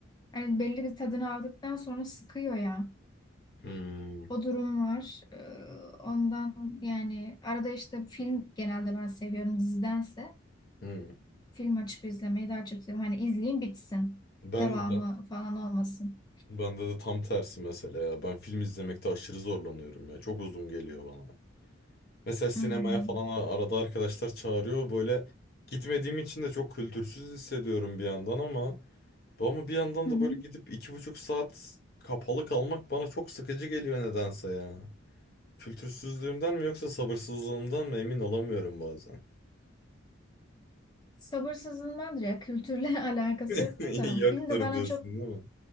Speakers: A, on the left; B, on the left.
A: Hani belli bir tadını aldıktan sonra sıkıyor ya.
B: Hmm,
A: O durum var. Ee, ondan yani arada işte film genelde ben seviyorum dizidense.
B: hmm.
A: Film açıp izlemeyi daha çok seviyorum. Hani izleyeyim bitsin.
B: Ben,
A: Devamı
B: ben
A: falan olmasın.
B: bende de tam tersi mesela ya. Ben film izlemekte aşırı zorlanıyorum ya. Çok uzun geliyor bana. Mesela sinemaya
A: Hmm.
B: falan ar- arada arkadaşlar çağırıyor. Böyle gitmediğim için de çok kültürsüz hissediyorum bir yandan ama bu- ama bir yandan
A: Hı
B: da
A: hı.
B: böyle gidip iki buçuk saat kapalı kalmak bana çok sıkıcı geliyor nedense ya. Kültürsüzlüğümden mi yoksa sabırsızlığımdan mı emin olamıyorum bazen.
A: Sabırsızlığımdandır ya. Kültürle <laughs> alakası
B: <laughs>
A: yoktur da.
B: Yoktur
A: Film de bana
B: diyorsun
A: çok
B: değil mi?